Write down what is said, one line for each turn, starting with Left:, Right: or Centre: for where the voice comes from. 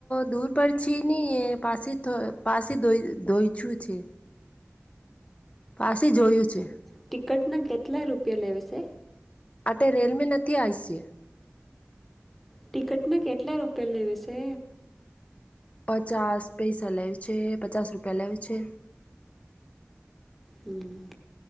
Left: દૂર પડી ચીની એ પાસે પાસે દોઈ દોઈ છું છે. પાછી જોયું છે.
Centre: ટિકટના કેટલા રૂપિયા લેવી છે?
Left: અટ રેલ મે નથી આઈ છે.
Centre: ટિકટમાં કેટલા રૂપિયા લેવે છે?
Left: પચાસ પૈસા લેવ છે પચાસ રૂપિયા લેવ છે.
Centre: હમ.